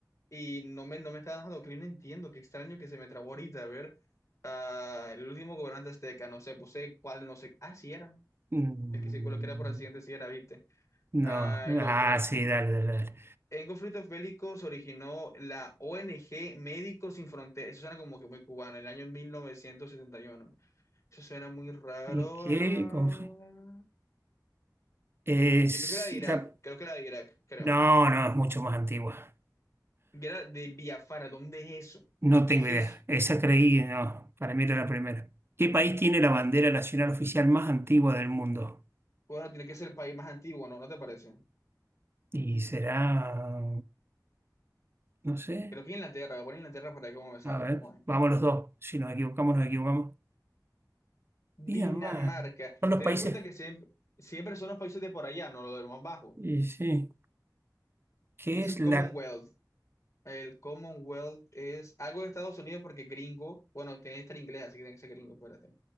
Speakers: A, on the left; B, on the right.
A: y no me, no me estaba dejando clic. No entiendo, qué extraño que se me trabó ahorita. A ver, ah, el último gobernante azteca, no sé, puse cuál, no sé. Ah, sí era.
B: Mm,
A: El que se coloqué era por accidente, sí era, viste.
B: no,
A: Ah, el
B: ah,
A: otro.
B: sí, dale, dale, dale.
A: En conflictos bélicos originó la ONG Médicos Sin Fronteras. Eso suena como que muy cubano, el año 1971. Eso suena muy raro.
B: ¿En qué?
A: ah.
B: conf- Es
A: Yo creo que era de Irak,
B: la...
A: creo que era de Irak, creo.
B: No, no, es mucho más antigua.
A: Que era de Biafara, ¿dónde es eso?
B: No
A: ¿Qué
B: tengo
A: es
B: idea.
A: eso?
B: Esa creí, no, para mí era la primera. ¿Qué país tiene la bandera nacional oficial más antigua del mundo?
A: Bueno, tiene que ser el país más antiguo, ¿no? ¿No te parece?
B: Y será, no sé,
A: Creo que Inglaterra, voy a poner Inglaterra para que cómo me sale.
B: a ver,
A: Vamos a ver.
B: vamos los dos. Si nos equivocamos, nos equivocamos.
A: Dinamarca.
B: Mira, más, son los
A: ¿Te
B: países.
A: das cuenta que siempre, siempre son los países de por allá, no los de lo más bajo?
B: Y sí, ¿qué
A: ¿Qué es
B: es
A: el
B: la,
A: Commonwealth? El Commonwealth es algo de Estados Unidos porque gringo, bueno, tiene que estar inglés, así que tiene que ser gringo, espérate.